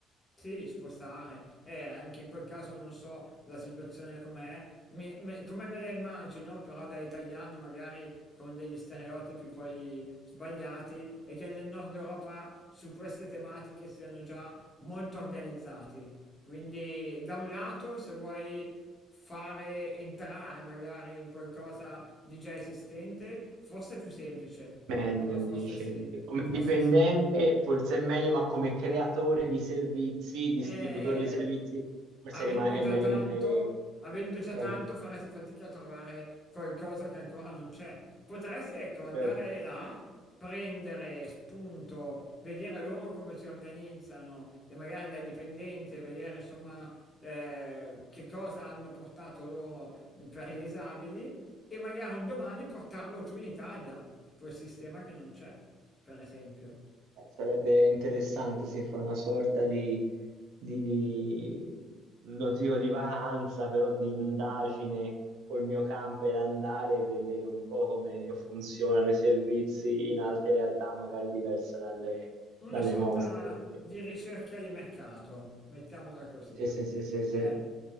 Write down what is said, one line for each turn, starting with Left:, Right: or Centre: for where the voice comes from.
Left: sì, ci può stare. E anche in quel caso non so la situazione com'è, Mi- me- come me la immagino, però da italiano magari con degli stereotipi poi sbagliati e che nel nord Europa su queste tematiche siano già molto organizzati. Quindi da un lato, se vuoi fare entrare magari in qualcosa di già esistente, forse è più semplice.
Right: Meglio,
Left: Allora forse
Right: dice.
Left: sì,
Right: Come
Left: forse
Right: dipendente
Left: sì.
Right: forse è meglio, ma come creatore di servizi, distributore
Left: Eh,
Right: di servizi, forse
Left: avendo
Right: rima- è
Left: già
Right: meglio
Left: tanto,
Right: rimanere...
Left: avendo già
Right: Certo,
Left: tanto faresti fatica a trovare qualcosa che ancora non c'è. Potresti, ecco, andare
Right: certo.
Left: là, prendere spunto, vedere loro come si organizzano e magari da dipendente vedere insomma eh, che cosa hanno portato loro per i disabili e magari un domani portarlo giù in Italia, quel sistema che non c'è, per esempio.
Right: Eh, Sarebbe interessante se fa una sorta di, di, di- non dico di vacanza, però di indagine col mio camper, andare e vedere un po' come funzionano i servizi in altre realtà, magari diverse dalle,
Left: Una
Right: dalle
Left: sorta
Right: nostre.
Left: di ricerca di mercato, mettiamola così.
Right: Sì, sì, sì, sì, sì. sì.
Left: Eh,